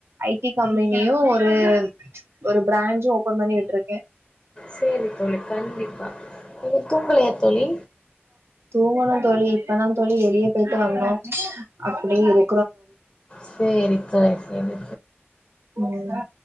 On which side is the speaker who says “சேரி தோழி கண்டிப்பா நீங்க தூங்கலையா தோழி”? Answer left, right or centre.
Left